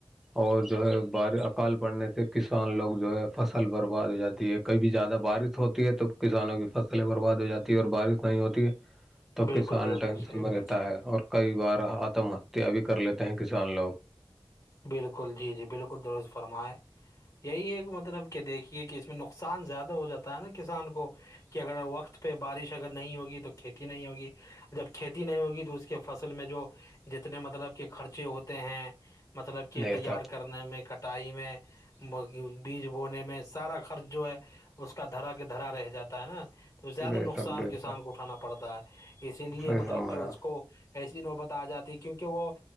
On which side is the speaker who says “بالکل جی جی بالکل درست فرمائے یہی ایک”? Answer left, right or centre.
Left